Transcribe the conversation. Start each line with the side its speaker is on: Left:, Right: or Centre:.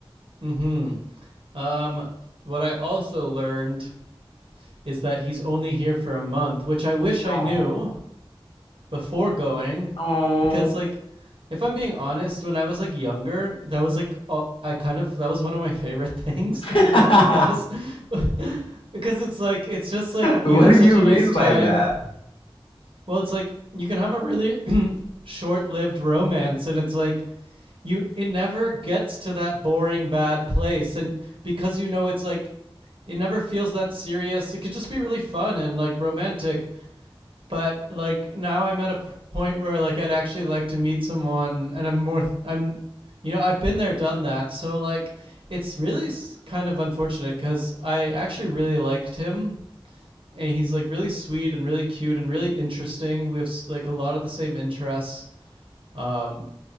Right: mm-hmm um, what i also learned is that he's only here for a month which i wish
Left: Oh,
Right: i knew before going
Left: oh.
Right: because like if I'm being honest, when I was like younger, that was like uh, I kind of that was one of my favorite <laughs> things
Left: <laughs>
Right: to be honest, <laughs> because it's like it's just like
Left: What
Right: you have
Left: do you
Right: such a
Left: mean
Right: nice time.
Left: by that?
Right: Well, it's like you can have a really <clears throat> short-lived romance, and it's like you it never gets to that boring bad place, and because you know it's like it never feels that serious. It could just be really fun and like romantic but like now I'm at a point where like I'd actually like to meet someone, and I'm more th- I'm you know I've been there, done that. So like it's really kind of unfortunate because I actually really liked him, and he's like really sweet and really cute and really interesting. We have like a lot of the same interests. Um,